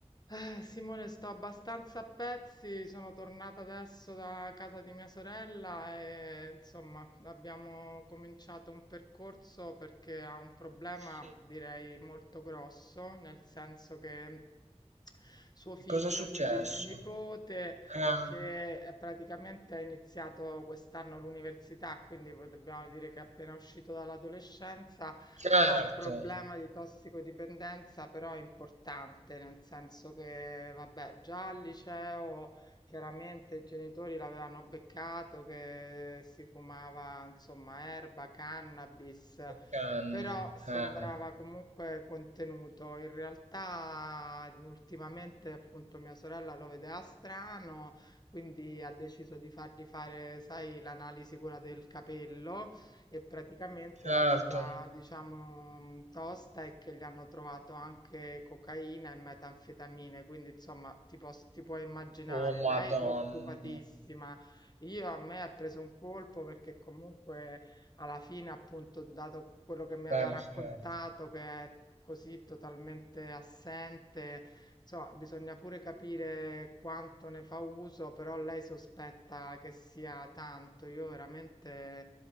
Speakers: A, on the left; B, on the right.
A: Eh, Simone, sto abbastanza a pezzi, sono tornata adesso da casa di mia sorella e insomma abbiamo cominciato un percorso perché ha un problema
B: Sì,
A: direi molto grosso, nel senso che suo figlio,
B: che cosa è successo?
A: quindi mio nipote,
B: Ah,
A: che eh, praticamente ha iniziato quest'anno l'università, quindi vo- dobbiamo dire che è appena uscito dall'adolescenza
B: certo,
A: ha un problema di tossicodipendenza, però importante, nel senso che, vabbè, già al liceo chiaramente i genitori l'avevano beccato che si fumava, insomma, erba, cannabis.
B: che canne.
A: Però sembrava
B: Ah,
A: comunque contenuto. In realtà, ultimamente, appunto, mia sorella lo vedeva strano, quindi ha deciso di fargli fare, sai, l'analisi quella del capello e praticamente
B: certo.
A: la cosa, diciamo, mh, tosta è che gli hanno trovato anche cocaina e metanfetamine, quindi insomma ti, pos- ti puoi immaginare,
B: Oh, Madonna.
A: lei preoccupatissima. Io a me ha preso un colpo perché comunque alla fine, appunto, dato quello che mi
B: Beh,
A: aveva
B: non
A: raccontato,
B: scherzo.
A: che è così totalmente assente, insomma, bisogna pure capire quanto ne fa uso, però lei sospetta che sia tanto. Io veramente